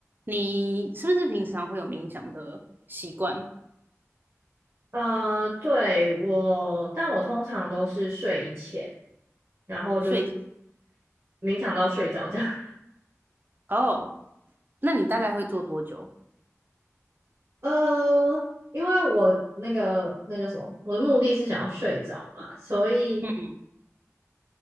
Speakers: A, on the right (about 40°); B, on the right (about 55°).
A: 你是不是平常会有冥想的习惯？
B: 呃，对，我，但我通常都是睡前，然后就是
A: 所以
B: 冥想到睡着这样。
A: 哦，那你大概会做多久？
B: <laughs> 呃，因为我那个那个什么，我的目的是想要睡着嘛，所以
A: 嗯，